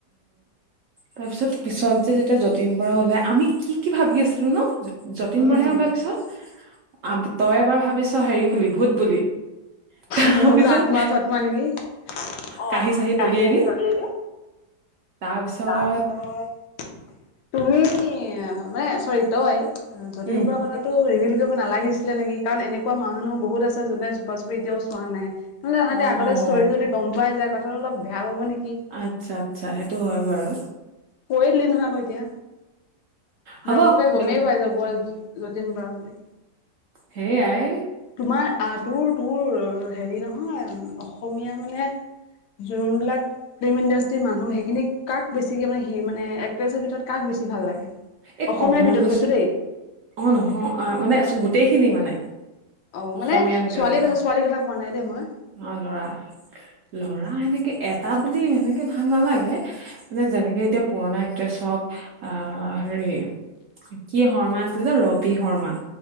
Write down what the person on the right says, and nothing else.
তাৰপিছত পিছত যে যেতিয়া যতীন বৰা ওলাই, আমি কি কি ভাবি আছিলো ন? যতীন
বৰাহে ওলাই পিছত। আম তই এবাৰ ভাবিছ হেৰি বুলি, ভূত বুলি। তাৰপিছত
কাঁহি চাহি
দি
তাৰপিছত
উম,
অ',
অ'।
আচ্ছা আচ্ছা সেইটো হয় বাৰু।
হ'ব
বেল
সেইয়াই
এই কমল
অ নহয়, অ মানে গোটেইখিনি মানে।
অসমীয়াৰ
ভিতৰত
মানে
অ ল'ৰা, ল'ৰা সেনেকে এটা বুলি এনেকে ভাল নালাগে। মানে যেনেকে এতিয়া পুৰণা এক্ট্ৰেছ হওঁক, আ আ হেৰি কি শৰ্মা আছিলে যে? ৰবি শৰ্মা।